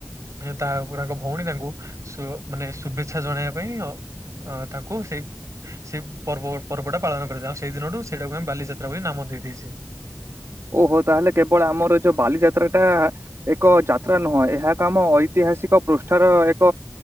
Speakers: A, on the right; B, on the right.
A: ତା ଉପରେ ତାଙ୍କ ଭଉଣୀ ତାଙ୍କୁ ମାନେ ଶୁଭେଚ୍ଛା ଜଣେଇବା ପାଇଁ ଅ ତାଙ୍କୁ ସେଇ ସେଇ ପର୍ବ ପର୍ବଟା ପାଳନ କରାଯାଏ ଆଉ ସେଇ ଦିନଠୁ ସେଇଟାକୁ ଆମେ ବାଲିଯାତ୍ରା ବୋଲି ନାମ ଦେଇଦେଇଚେ।
B: ଓହୋ ତାହେଲେ କେବଳ ଆମର ଯୋଉ ବାଲିଯାତ୍ରା ଟା ଏକ ଯାତ୍ରା ନୁହଁ ଏହା ଏକ ଆମ ଐତିହାସିକ ପୃଷ୍ଠାର ଏକ